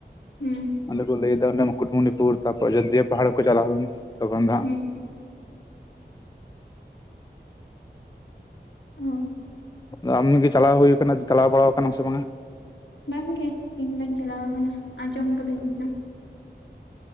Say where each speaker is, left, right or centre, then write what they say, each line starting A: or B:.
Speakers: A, on the left; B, on the left.
A: ᱦᱩᱸ
B: ᱚᱸᱰᱮ ᱠᱚ ᱞᱟᱹᱭᱟ ᱚᱸᱰᱮ᱾ ᱢᱩᱠᱩᱴᱢᱩᱱᱤᱯᱩᱨ ᱛᱟᱯᱚᱨ ᱟᱡᱚᱫᱤᱭᱤᱭᱟᱹ ᱯᱟᱦᱟᱲ ᱠᱚ ᱪᱟᱞᱟᱣ ᱞᱮᱱᱟ ᱛᱚᱠᱷᱚᱱᱼᱼ
A: ᱦᱮᱸ ᱦᱩ
B: ᱚ ᱟᱢ ᱜᱮ ᱪᱟᱞᱟᱣ ᱦᱩᱭ ᱟᱠᱟᱱᱟ ᱪᱟᱞᱟᱣ ᱵᱟᱲᱟ ᱟᱠᱟᱱᱟᱢ ᱥᱮ ᱵᱟᱝᱼᱟ?
A: ᱵᱟᱝ ᱜᱮ ᱤᱧ ᱫᱚᱧ ᱪᱟᱞᱟᱣ ᱠᱟᱱᱟ ᱟᱸᱡᱚᱢ ᱠᱟᱹᱫᱟᱹᱧ ᱤᱧ ᱦᱚ᱾